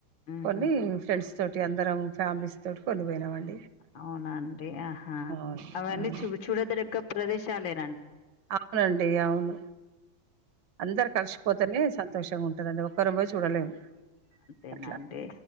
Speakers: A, on the left; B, on the right.
A: ఉహు
B: కొన్ని ఫ్రెండ్స్ తోటి అందరం ఫ్యామిలీస్ తోటి కొన్నిపోయినామండి
A: అవునండి ఆహా
B: అవును
A: అవన్నీ
B: అవును.
A: చూ చూడదగ్గ ప్రదేశాలే
B: అవునండి అవును అందరు కలిసిపోతేనే సంత తోషంగా ఉంటుందడి ఒక్కరం పోయి చూడలేము
A: అంతేనాండడి
B: అట్లా